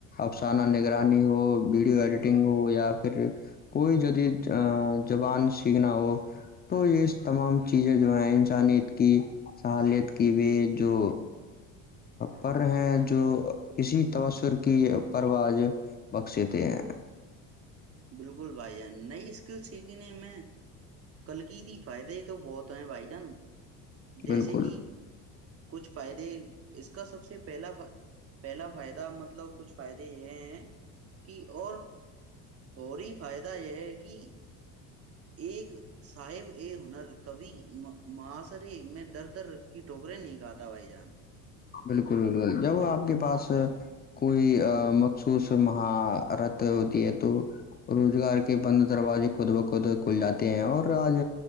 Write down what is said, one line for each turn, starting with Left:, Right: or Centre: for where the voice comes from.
Left: افسانہ نگرانی ہو ویڈیو ایڈیٹنگ ہو یا پھر کوئی جدید زبان سیکھنا ہو تو یہ تمام چیزیں جو ہیں انسانیت کی سہالت کی بھی جو پر ہیں جو کسی تسر کی پروج بخشتے ہیں
Right: بالکل بھائی جان نہیںئی اسکل سیک نے میں کلگی کی فائدے ہی تو بہت ہے بھائی جان جیسے
Left: بالکل
Right: کہ کچھ فائدے اس کا سب سے پہلا پہلا فائدہ مطلب کچھ فائدے یہ ہیں کہ اور فوری فائدہ یہ ہے کہ ایک صاحب ا ہنر کبی ماسرے میں در در کی ٹوکریں نہیں گاتا بھائی جان
Left: بالکل بالکل جب آپ کے پاس کوئی مخصوص مہارت ہوتی ہے تو روزگار کے بند دروازے خود بخود کھل جاتے ہیں اور آج